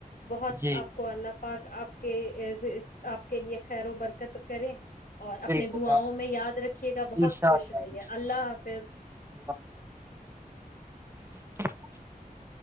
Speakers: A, on the left (about 65°); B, on the right (about 15°).
A: بہت
B: جی
A: آپ کو اللہ پاک آپ کے آپ کے لیے خیر و برکت کرے اور
B: بالکل
A: اپنے داؤں میں یاد رکھیے گا بہت
B: انشاء
A: خوش
B: اللہ
A: رہیے
B: انشاء
A: اللہ حافظ
B: اللہ <unintelligible>